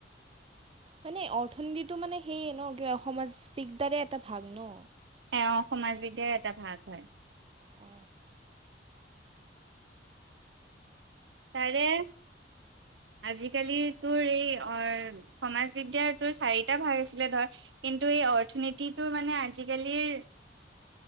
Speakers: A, on the right (about 30°); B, on the right (about 80°).
A: মানে অৰ্থনীতিটো মানে সেইয়ে ন কিবা অসমৰ স্পিকতাৰে এটা ভাগ ন
B: এ অ সমাজ বিদ্যাৰে এটা ভাগ হয়
A: অ
B: তাৰে আজিকালি তোৰ এই অ সমাজ বিদ্যাৰতোৰ চাৰিটা ভাগ আছিলে ধৰ কিন্তু এই অৰ্থনীতিটো মানে আজিকালিৰ